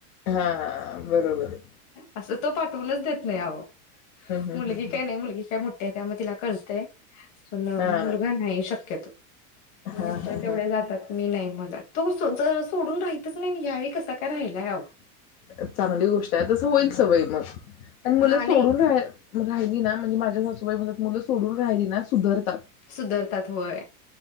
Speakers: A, on the left (about 70°); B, on the left (about 40°).
A: हा बरोबर
B: असं तो पाठवूनच देत नाही आओ
A: हम्म
B: मुलगी
A: हम्म हम्म
B: काय नाही मुलगी काय मोठी आहे त्यामुळे तिला कळतंय पण
A: हा
B: मुलगा नाही क्यतो
A: हा
B: मित्र
A: हा
B: तेवढे
A: हा
B: जातात मी नाही म तो सोडून राहीतच नाही या वेळी कसा काय राहिलाय अहो
A: चांगली गोष्ट आहे तस होईल सवय मग आणि मुलं
B: हा नाही
A: सोडून राहा राहिली ना म्हणजे माझ्या सासूबाई म मुलं सोडून राहिली ना सुधरतात
B: सुधरतात होय